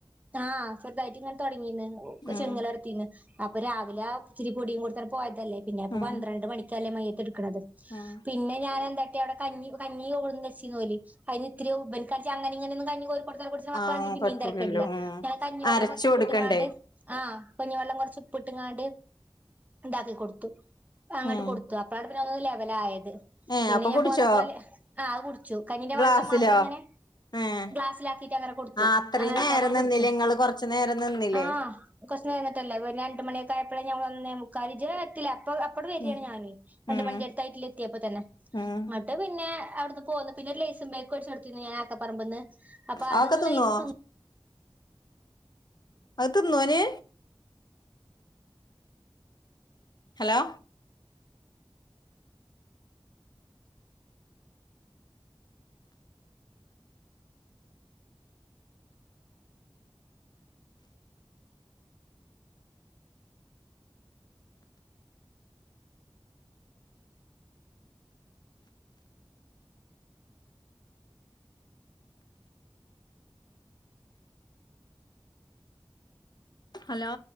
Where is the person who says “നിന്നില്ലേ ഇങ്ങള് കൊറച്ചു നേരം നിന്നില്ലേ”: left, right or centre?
Left